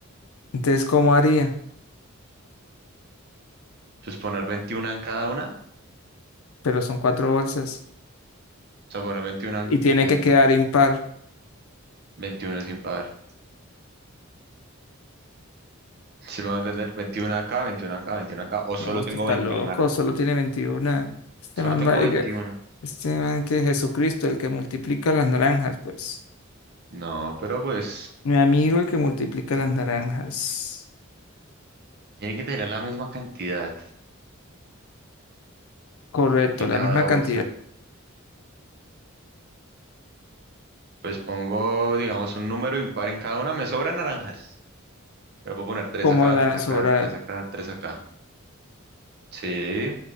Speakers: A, on the left; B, on the right.
A: Entonces, ¿cómo haría?
B: Pues poner veintiuna en cada una. O
A: Pero son cuatro bolsas.
B: sea, poner 21
A: y
B: en
A: tiene
B: en
A: que quedar impar.
B: 21 es impar. Si me va a entender, 21 acá, 21 acá, 21 acá, o solo
A: No, usted
B: tengo
A: está
B: 21
A: loco,
B: manas.
A: solo tiene 21. Este
B: Solo
A: man
B: tengo
A: va,
B: veintiuno.
A: este man que es Jesucristo, el que multiplica las naranjas, pues.
B: No, pero pues
A: Mi amigo, el que multiplica las naranjas.
B: tienen que tener la misma cantidad
A: Correcto,
B: en
A: la
B: cada
A: misma
B: bolsa.
A: cantidad.
B: Pues pongo, digamos, un número impar en cada una. Me sobran naranjas. Pero puedo poner tres
A: ¿Cómo
B: acá,
A: le van
B: 3
A: a
B: acá,
A: sobrar?
B: 3 acá, 3 acá. Sí,